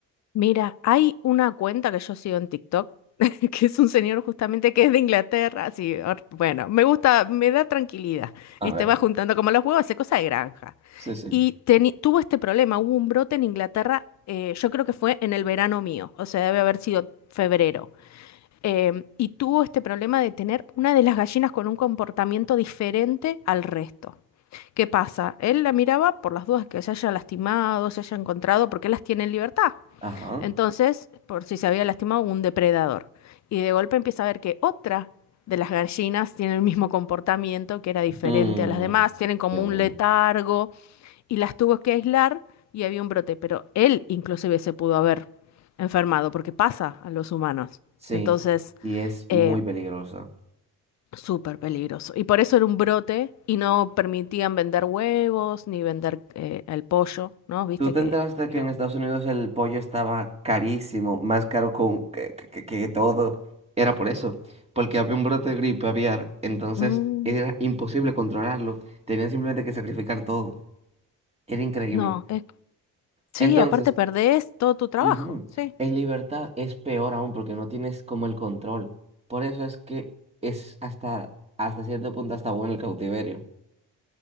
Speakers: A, on the left; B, on the right.
A: Mira, hay una cuenta que yo sigo en TikTok, <laughs> que es un señor justamente que es de Inglaterra, así, or- bueno, me gusta, me da tranquilidad,
B: A
A: y
B: ver.
A: te va juntando como los huevos, hace cosa de granja.
B: Sí, sí.
A: Y teni- tuvo este problema, hubo un brote en Inglaterra, eh, yo creo que fue en el verano mío, o sea, debe haber sido febrero, em, y tuvo este problema de tener una de las gallinas con un comportamiento diferente al resto. ¿Qué pasa? Él la miraba por las dudas que se haya lastimado, se haya encontrado, porque él las tiene en libertad.
B: Ajá.
A: Entonces, por si se había lastimado, un depredador. Y de golpe empieza a ver que otra de las gallinas tiene el mismo comportamiento, que era diferente
B: Mm,
A: a las demás, tienen como
B: Dios
A: un
B: mío.
A: letargo y las tuvo que aislar y había un brote. Pero él inclusive se pudo haber enfermado, porque pasa a los humanos.
B: Sí,
A: Entonces,
B: y es
A: eh,
B: muy peligroso.
A: súper peligroso. Y por eso era un brote y no permitían vender huevos ni vender eh, el pollo, ¿no? Viste
B: ¿Tú te
A: que...
B: enteraste
A: que
B: que
A: lo-
B: en Estados Unidos el pollo estaba carísimo, más caro con- que, que- que- todo? Era por eso, porque había un brote de gripe aviar, entonces
A: Mm,
B: era imposible controlarlo, tenían simplemente que sacrificar todo, era increíble.
A: no, es Sí,
B: Entonces,
A: aparte perdés todo tu trabajo,
B: ujú,
A: sí.
B: en libertad es peor aún porque no tienes como el control. Por eso es que es hasta, hasta cierto punto hasta bueno el cautiverio.